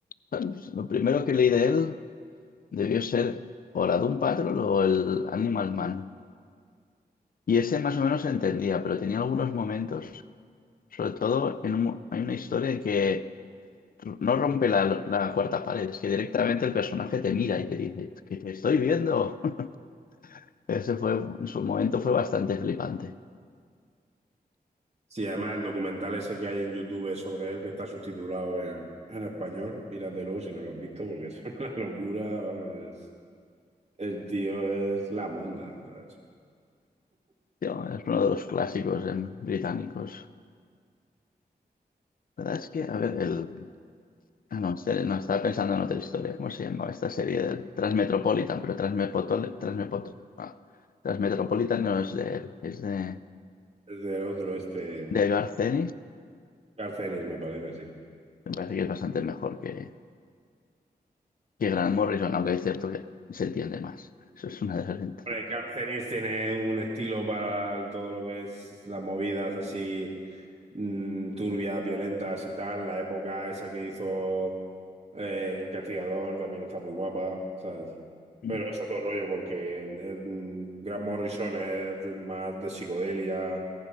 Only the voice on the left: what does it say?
bueno, pues, Lo primero que leí de él debió ser o la Doom Patrol o el Animal Man. Y ese más o menos se entendía, pero tenía algunos momentos, sobre todo en un mo- hay una historia en que no rompe la, la cuarta pared, es que directamente el personaje te mira y te dice, que te estoy viendo. <laughs> Ese fue, en su momento fue bastante flipante.
Tío, es uno de los clásicos em, británicos. La verdad es que, a ver, el Ah, no, este- no, estaba pensando en otra historia. ¿Cómo se llamaba esta serie del Transmetropolitan? Pero Transmepotol- Transmepot- ah, Transmetropolitan no es de él, es de,
de Garcenis.
Me parece que es bastante mejor que, que Grant Morrison, aunque es cierto que se entiende más. Eso es una de las ventajas.
Mm,